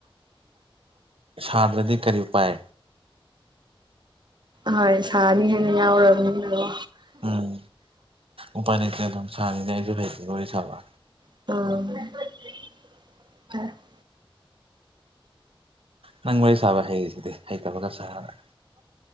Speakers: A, on the right (about 75°); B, on the right (about 50°).
A: ꯁꯥꯗ꯭ꯔꯗꯤ ꯀꯔꯤꯄꯥꯏ
B: ꯍꯣꯏ ꯁꯥꯅꯤ ꯍꯦꯟꯅ ꯌꯥꯎꯔꯕꯅꯤ ꯑꯗꯣ
A: ꯎꯝ ꯎꯄꯥꯏ ꯂꯩꯇꯦ ꯑꯗꯨꯝ ꯁꯥꯔꯤꯅꯦ ꯑꯩꯁꯨ ꯐꯩꯗꯤ ꯋꯥꯔꯤ ꯁꯥꯕ
B: ꯑꯣ
A: ꯅꯪ ꯋꯥꯔꯤ ꯁꯥꯕ ꯍꯩꯔꯤꯁꯤꯗꯤ ꯍꯩꯇꯕꯒ ꯁꯥꯔꯗꯅ